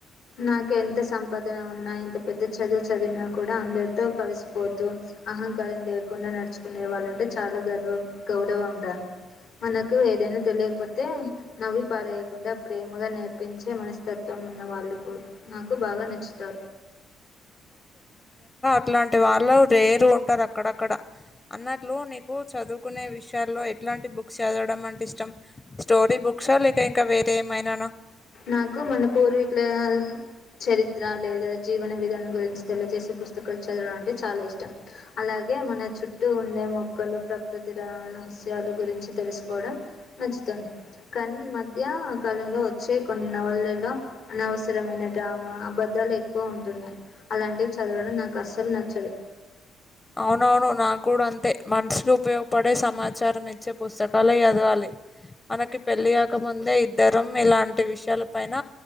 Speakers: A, on the left (about 80°); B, on the left (about 25°).
A: నాకు ఎంత సంపాదన ఉన్నా ఎంత పెద్ద చదువు చదివినా కూడా అందరితో కలిసిపోతు అహ కారం లేకుండా నడుచుకునే వాళ్ళంటే చాలా గర్వం గౌరవంరా మనకు ఏదైనా తెలియకపోతే నవ్వి పారేయకుండా ప్రేమగా నేర్పించే మనస్తత్వం ఉన్న వాళ్ళు నాకు బాగా నచ్చుతా
B: ఇట్లాంటి వాళ్ళు రేరు ఉంటారు అక్కడక్కడ అన్నట్లు నీకు చదువుకునే విషయాల్లో ఎలాంటి బుక్స్ చదవడం అంటే ఇష్టం స్టోరీ బుక్సా లేక ఇంకా వేరే ఏమైనానా
A: నాకు మన పోరు ఇట్లా చరిత్ర లేదా జీవన విధానం గురించి తెలియచేసే పుస్తకాలు చదవడం అంటే చాలా ఇష్టం అలా గే మన చుట్టూ ఉండే మొక్కలు ప్రకృతి రహస్యాలు గురించి తెలుసుకోవడం నచు తుంది కాని ఈ మధ్య కాలంలో వచ్చే కొన్ని నవళ్లలో అనవసరమైన డ్రామా అబధాలు ఎక్కువ ఉంటున్నాయ్ అలాంటివి చదవడం నాకు అస్సలు నచ్చదు
B: అవునవును నా కూడా అంతే మనిషులు ఉపయోగపడే సమాచారం ఇచ్చే పుస్తకాలే చదవాలి మనకి పెళ్ళి కాక ముందే ఇద్దరం ఇలాంటి విషయాల పైన